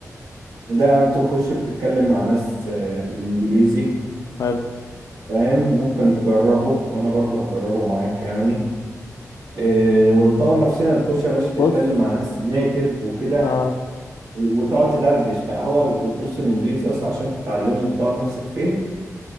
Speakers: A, on the right (about 70°); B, on the left (about 70°).
A: ده بتخش بتتكلم مع ناس آه، بالانجليزي
B: حلو
A: فاهم ممكن تجربه وانا برضه هجربه معاك يعني آه، ونطور نفسنا تخش يا باشا تتكلم
B: بص
A: مع ناس نيتيف وكده
B: اه
A: وتقعد تدردش بقى هو ال- بص الانجليزي اصلا عشان تتعلمه وتطور نفسك فيه